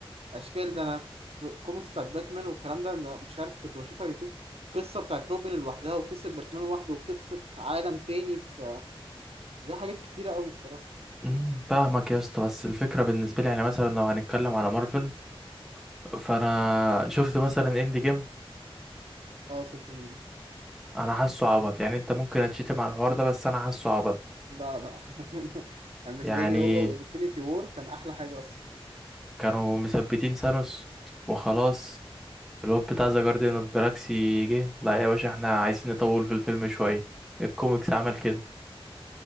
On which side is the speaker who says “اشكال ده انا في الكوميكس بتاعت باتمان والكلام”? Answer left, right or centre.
Right